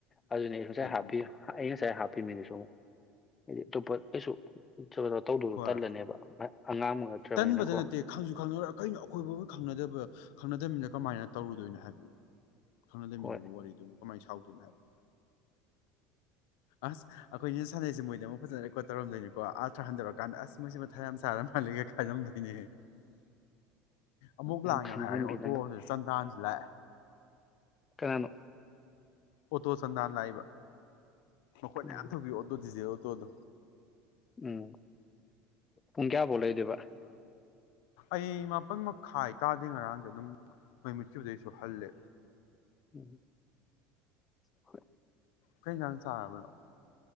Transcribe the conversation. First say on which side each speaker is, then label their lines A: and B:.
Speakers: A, on the left; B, on the left.
A: ꯑꯗꯨꯅꯦ ꯑꯩ ꯉꯁꯥꯏ ꯍꯥꯞꯄꯤ
B: ꯑꯃꯨꯛ
A: ꯑꯩꯅ ꯉꯁꯥꯏ ꯍꯥꯞꯄꯤꯃꯤꯗꯤꯁꯨ ꯑꯃꯨꯛ ꯏꯗꯤ ꯇꯣꯞꯄꯥ ꯀꯩꯁꯨ ꯀꯩꯅꯣ ꯇꯧꯗꯧꯗꯣ
B: ꯍꯣꯏ
A: ꯇꯜꯂꯅꯦꯕ ꯑꯉꯥꯡꯃꯛ ꯅꯠꯇ꯭ꯔꯕꯅꯤꯅꯀꯣ
B: ꯇꯟꯕꯗ ꯅꯠꯇꯦ ꯈꯪꯁꯨ ꯈꯪꯅ ꯀꯩꯅꯣ ꯑꯩꯈꯣꯏꯕꯕꯨ ꯈꯪꯅꯗꯕ ꯈꯪꯅꯗꯕꯃꯤꯅ ꯀꯃꯥꯏꯅ ꯇꯧꯔꯨꯗꯣꯏꯅꯣ ꯍꯥꯏꯕꯅꯤ꯫ ꯈꯪꯅꯗꯃꯤꯗꯨꯕꯨ
A: ꯍꯣꯏ
B: ꯋꯥꯔꯤꯗꯨꯕꯨ ꯀꯃꯥꯏꯅ ꯁꯥꯎꯗꯣꯏꯅꯣ ꯍꯥꯏꯕꯗ, ꯑꯁ ꯑꯩꯈꯣꯏꯅ ꯁꯥꯟꯅꯩꯁꯦ ꯃꯣꯏꯗꯤ ꯑꯃꯨꯛ ꯔꯣꯀꯣꯠ ꯇꯧꯔꯝꯗꯣꯏꯅꯤꯀꯣ ꯑꯥꯊꯔ ꯍꯟꯊꯔꯛ ꯀꯥꯟꯗ ꯑꯁ ꯃꯣꯏ ꯃꯊꯥ ꯌꯥꯝ ꯁꯥꯔ ꯃꯥꯂꯒꯦ ꯈꯥꯖꯝꯗꯣꯏꯅꯦ꯫ ꯑꯃꯨꯛ
A: ꯌꯥꯝ
B: ꯂꯥꯡꯉꯦꯕ
A: ꯈꯟꯖꯤꯟꯕꯤ
B: ꯍꯥꯏꯔꯅꯤ ꯑꯣꯇꯣꯁꯤ
A: ꯅꯪ
B: ꯆꯟꯗꯥꯟꯁꯤ꯫ ꯂꯥꯛ
A: ꯀꯅꯥ ꯅꯣ?
B: ꯑꯣꯇꯣ ꯆꯟꯗꯥꯟ ꯂꯥꯛꯏꯕ꯫ ꯃꯈꯣꯟ
A: ꯎꯝ
B: ꯌꯥꯝ ꯊꯣꯀꯄꯤ ꯑꯣꯇꯣ ꯗꯤꯖꯤꯜ꯫ ꯇꯣꯗꯣ
A: ꯎꯝ ꯄꯨꯡ ꯀꯌꯥꯐꯥꯎ ꯂꯩꯗꯣꯏꯕ
B: ꯑꯩꯃ ꯃꯈꯥꯏ ꯇꯥꯗꯦ ꯉꯔꯥꯡ ꯑꯗꯨꯝ ꯃꯩ ꯃꯨꯠꯈꯤꯕꯗꯩꯁꯨ ꯍꯜꯂꯦ
A: ꯎꯝ ꯍꯣꯏ
B: ꯀꯩ ꯉꯥꯟ ꯆꯥꯔꯕꯅꯣ